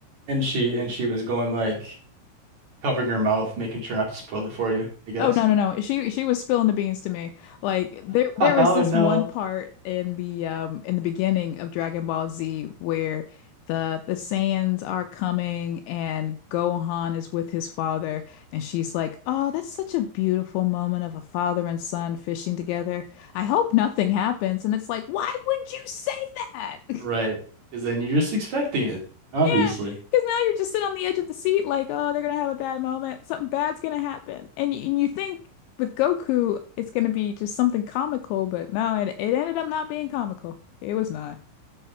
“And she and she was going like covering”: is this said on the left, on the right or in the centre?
Right